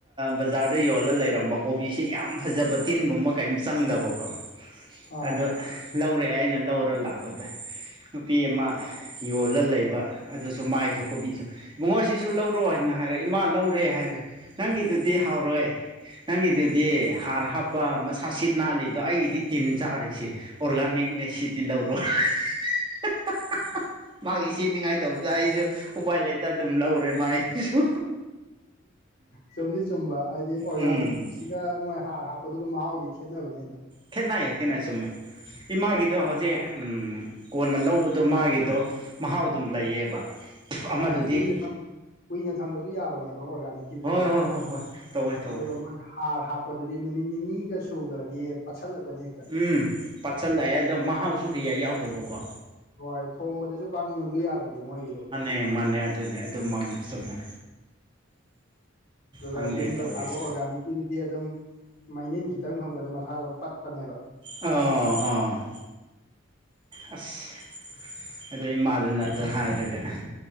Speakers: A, on the right; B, on the left.
A: ꯕꯖꯥꯔꯗ ꯌꯣꯜꯂ ꯂꯩꯔꯝꯕ ꯀꯣꯕꯤꯁꯤ ꯌꯥꯝ ꯐꯖꯕ ꯇꯤꯟꯒꯨꯝꯕ ꯀꯩꯝ ꯆꯪꯗꯕꯀꯣ
B: ꯑꯥ
A: ꯑꯗꯣ ꯂꯧꯔꯛꯑꯦ ꯑꯩꯅ ꯂꯧꯔ ꯂꯥꯛꯄꯗ ꯅꯨꯄꯤ ꯑꯃ ꯌꯣꯜꯂ ꯂꯩꯕ ꯑꯗꯨꯁꯨ ꯃꯥꯏꯁꯨ ꯀꯣꯕꯤꯁꯨ ꯏꯕꯨꯉꯣꯁꯤꯁꯨ ꯂꯧꯔ ꯂꯧ꯭ꯔꯣ ꯍꯥꯏꯅ ꯍꯥꯏꯔꯛ ꯏꯃꯥ ꯂꯧꯔꯦ ꯍꯥꯏꯔꯒꯦ ꯅꯪꯒꯤꯗꯨꯗꯤ ꯍꯥꯎꯔꯣꯏ ꯅꯪꯒꯤꯗꯨꯗꯤ ꯍꯥꯔ ꯍꯥꯞꯄ ꯃꯁꯥ ꯁꯤꯠ ꯅꯥꯜꯂꯤ ꯗꯣ ꯑꯩꯒꯤꯗꯤ ꯇꯤꯟ ꯆꯥꯔꯤꯁꯦ ꯑꯣꯔꯒꯥꯅꯤꯛꯅꯦ ꯁꯤꯗꯤ ꯂꯧꯔꯣ <unintelligible> <unintelligible> ꯃꯥꯒꯤ ꯁꯤꯠꯅꯤꯉꯥꯏꯇꯧꯕꯗ ꯑꯩꯁꯨ ꯎꯄꯥꯏ ꯂꯩꯇ ꯑꯗꯨꯝ ꯂꯧꯔꯦ ꯃꯥꯥꯏ <unintelligible> ꯁꯨ
B: ꯆꯨꯝꯗꯤ ꯆꯨꯝꯕ ꯍꯥꯏꯗꯤ ꯑꯣꯔꯒꯥꯅꯤꯛ
A: ꯎꯝ
B: ꯁꯤꯒ ꯃꯣꯏ ꯍꯥꯔ ꯍꯥꯞꯄꯗꯨꯒ ꯃꯍꯥꯎꯗꯤ ꯈꯦꯠꯅꯕꯅꯦ ꯑꯗꯨꯝ
A: ꯈꯦꯠꯅꯩ ꯈꯦꯠꯅꯩ ꯆꯨꯝꯃꯦ ꯏꯃꯥꯒꯤꯗꯣ ꯍꯧꯖꯤꯛ ꯑꯝ ꯀꯣꯟꯅ ꯂꯧꯕꯗꯣ ꯃꯥꯒꯤꯗꯣ ꯃꯍꯥꯎ ꯑꯗꯨꯝ ꯂꯩꯌꯦꯕ꯫ ꯑꯃꯗꯨꯗꯤ
B: ꯑꯥ ꯀꯨꯏꯅ ꯊꯝ ꯀꯨꯏꯅ ꯊꯝꯕꯁꯨ ꯌꯥꯕꯅꯦꯕ ꯑꯣꯔꯒꯥꯅꯤꯛꯀꯤꯗꯨꯗꯤ
A: ꯍꯣꯏ ꯍꯣꯏ ꯍꯣꯏ ꯍꯣꯏ ꯇꯧꯋꯦ ꯇꯧꯋꯦ
B: ꯑꯗꯨꯒ ꯃꯣꯏ ꯍꯥꯔ ꯍꯥꯞ ꯄ ꯗꯨꯗꯤ ꯅꯨꯃꯤꯠ ꯅꯤꯅꯤꯒ ꯁꯨꯈ꯭ꯔꯗꯤ ꯄꯠꯁꯜꯂꯛꯄꯅꯦ ꯍꯦꯛꯇ꯫
A: ꯎꯝ ꯄꯠꯁꯜꯂꯛꯑꯦ ꯑꯗꯣ ꯃꯍꯥꯎꯁꯨ ꯀꯩꯌꯥ ꯌꯥꯎꯗꯕꯀꯣ꯫
B: ꯍꯣꯏ ꯊꯣꯡꯕꯗꯁꯨ ꯄꯥꯛ ꯃꯨꯜꯂꯨ ꯌꯥꯗꯕꯅꯦ ꯃꯣꯏꯒꯤꯗꯣ꯫
A: ꯑꯦ ꯃꯥꯅꯦ ꯑꯗꯨꯅꯦ ꯑꯗꯨꯃꯛꯅꯦ ꯆꯨꯝꯃꯦ꯫
B: ꯑꯗꯨꯒ
A: ꯈꯪꯗꯦ
B: ꯌꯨꯝꯗ
A: ꯇꯧꯔꯤꯁꯦ
B: ꯊꯥꯕ ꯑꯣꯔꯒꯥꯅꯤꯛꯀꯤꯗꯨꯗꯤ ꯑꯗꯨꯝ ꯃꯩꯅꯤꯟ ꯈꯤꯇꯪ ꯐꯪꯕꯗ ꯃꯁꯥꯗꯣ ꯄꯠꯄꯅꯦꯕ꯫
A: ꯑꯥꯑꯥ ꯑꯁ ꯑꯗꯨ ꯏꯃꯥꯗꯨꯅ ꯑꯗꯨ ꯍꯥꯏꯔꯒ